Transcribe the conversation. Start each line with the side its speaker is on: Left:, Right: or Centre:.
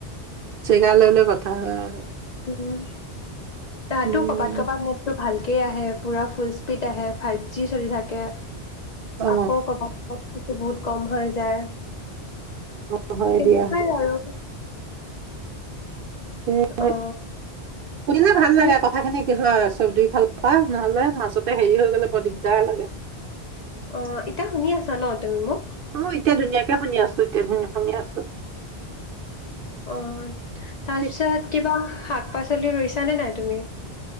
Right: জেগা লৈ লৈ কথা হয় আৰু
Left: উম তাহাতো
Right: উম
Left: কবাত কবাত নেটটো ভাল কে আহে পুৰা ফুল স্পীড আহে ফাইভ জি চলি থাকে
Right: অ
Left: আকৌ কব ক বহুত কম হৈ যায়
Right: অ হয়
Left: তেনেকুৱাই
Right: দিয়া
Left: আৰু
Right: <unintelligible>
Left: অ
Right: সুধিলে ভাল
Left: তুমি
Right: লাগে কথা খিনি কি হয় চব দুইফাল পা নহলে মাজতে হেৰি হৈ গলে বৰ দিগদাৰ লাগে
Left: অ এতিয়া শুনি আছা ন তুমি মোক
Right: অ এতিয়া ধুনীয়াকে শুনি আছো এতিয়া ধুন শুনি আছো
Left: অহ তাৰপিছত
Right: তি-
Left: কিবা শাক শাক পাচলি ৰুইছা নে নাই তুমি